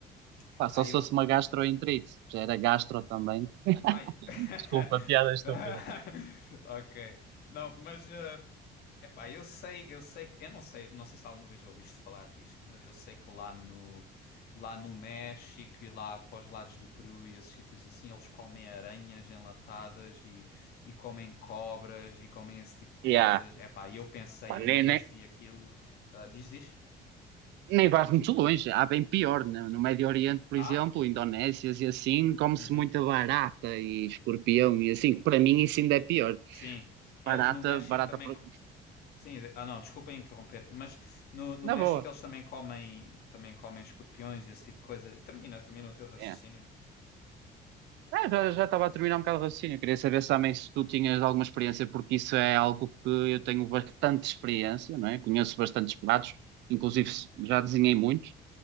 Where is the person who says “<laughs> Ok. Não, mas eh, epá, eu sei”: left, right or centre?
Left